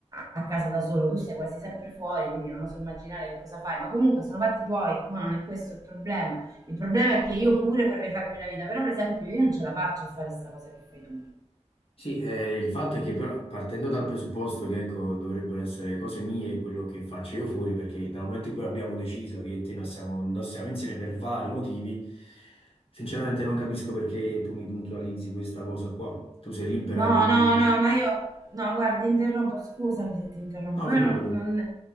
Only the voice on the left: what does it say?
Sì, eh, il fatto è che però partendo dal presupposto che ecco, dovrebbero essere cose mie quello che faccio io fuori, perché dal momento in cui abbiamo deciso che io e te non siamo, non siamo insieme per vari motivi, sinceramente non capisco perché tu mi puntualizzi questa cosa qua. Tu sei libera
di...
No,
figurati.